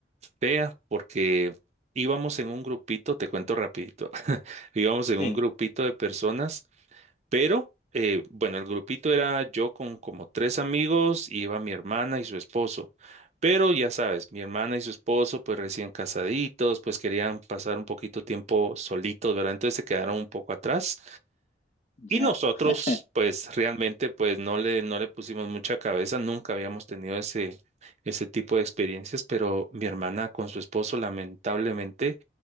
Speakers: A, on the right (about 40°); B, on the left (about 40°).
A: fea porque íbamos en un grupito, te cuento rapidito, <laughs> íbamos en
B: Sí,
A: un grupito de personas, pero eh, bueno, el grupito era yo con como tres amigos, y iba mi hermana y su esposo, pero ya sabes, mi hermana y su esposo pues recién casaditos, pues querían pasar un poquito tiempo solitos, ¿verdad? Entonces se quedaron un poco atrás. Y
B: ya.
A: nosotros,
B: <laughs>
A: pues realmente, pues no le, no le pusimos mucha cabeza, nunca habíamos tenido ese, ese tipo de experiencias, pero mi hermana con su esposo lamentablemente